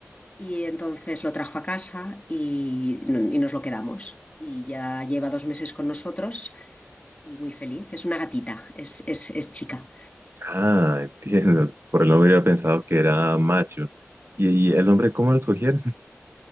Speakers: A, on the left (about 30°); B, on the right (about 60°).
A: y entonces lo trajo a casa y, y nos lo quedamos. Y ya lleva dos meses con nosotros y muy feliz. Es una gatita, es, es, es chica.
B: Ah, <laughs> entiendo. Por el nombre hubiera pensado que era macho. ¿Y, y el nombre cómo lo escogieron?